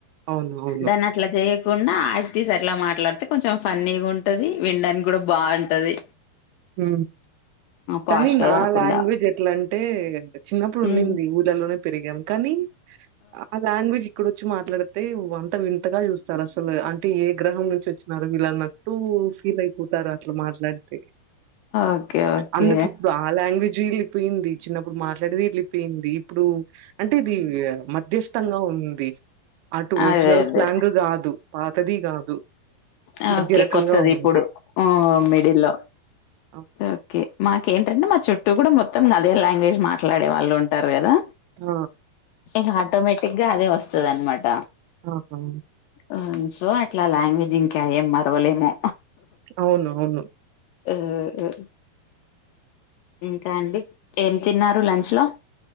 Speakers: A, on the right; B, on the left.
A: అవును. అవును.
B: దాన్ అట్ అట్లా చేయకుండా ఆజ్ టీజ్ అట్లా మాట్లాడితే కొంచెం ఫన్నీగుంటది విన్డానికి కూడా బాంటది
A: ఉ
B: పాష్
A: కానీ
B: గా
A: నా
B: కాకుండా
A: లాంగ్వేజ్ ఎట్లాంటే చిన్నప్పుడు ఉండింది
B: ఉమ్
A: ఊర్ లలోనే పెరిగాం కానీ ఆ లాంగ్వేజ్ ఇప్పుడోచ్చి మాట్లాడితే వంత వింతగా చూస్తారు అసలు అం టే ఎ గ్రహం నుంచి వచ్చినారు వీల్లన్నట్టు ఫీల్ అయిపోతారు అట్లా మాట్లాడితే.
B: ఓకే ఓకే
A: అందుకి ఇప్పుడా ఆ లాంగ్వేజ్ ఏళ్ళిపోయింది, చిన్నప్పుడు మాట్లాడేది ఏళ్ళిపోయింది, ఇప్పుడు అంటే ఇది మధ్యస్థంగా ఉంది అటు ఒరిజినల్
B: అదే అదే
A: స్లాంగ్ కాదు. పాతది గాదు.
B: ఆ
A: మధ్య
B: ఓకే
A: రకంగా
B: కొత్తది
A: ఉంది.
B: ఇప్పుడు ఆ మిడిల్లో
A: అవ్
B: ఓకే మాకేంటంటే మా చుట్టూ కూడా మొ మొత్తం అదే లాంగ్వేజ్ మాట్లాడేవాళ్ళు ఉంటరు కదా.
A: ఆ
B: ఇగ ఆటోమేటిగ్గా అదే వస్తది అన్మాట.
A: ఆహా
B: ఆ సో అట్లా లాంగ్వేజ్ ఇంకా ఏం మరవలేము.
A: అవును అవును.
B: ఆ ఆ ఇంకా అండి. ఎం తిన్నారు లంచ్లో?